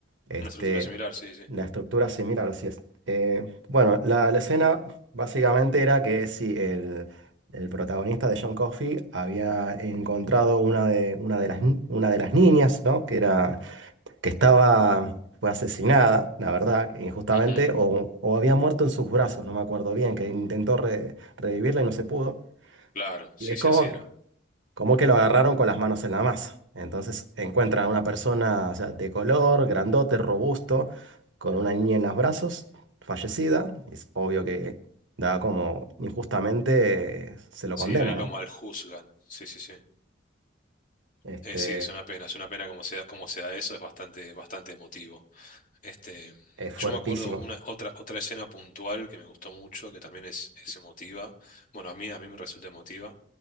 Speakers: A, on the right; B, on the left.
A: Este,
B: Una estructura similar, sí, sí.
A: la estructura similar, así es. Eh, bueno, la, la escena básicamente era que si el, el protagonista de John Coffey había encontrado una de, una de las, ni- una de las niñas, ¿no? Que era, que estaba, fue asesinada, la verdad, injustamente,
B: Ujú,
A: o, o había muerto en sus brazos, no me acuerdo bien, que intentó re- revivirla y no se pudo.
B: Claro, sí,
A: Y es
B: sí,
A: como
B: así era.
A: que como que lo agarraron con las manos en la masa. Entonces encuentran a una persona, o sea, de color, grandote, robusto, con una niña en los brazos, fallecida. Es obvio que da como injustamente eh, se lo
B: Sí,
A: condena,
B: ahí lo
A: ¿no?
B: maljuzgan. Sí, sí, sí.
A: Este,
B: Eh, sí, es una pena, es una pena como se da, como se da eso, es bastante, bastante emotivo. Este,
A: es fuertísimo.
B: yo me acuerdo una, otra, otra escena puntual que me gustó mucho, que también es, es emotiva. Bueno, a mí, a mí me resulta emotiva.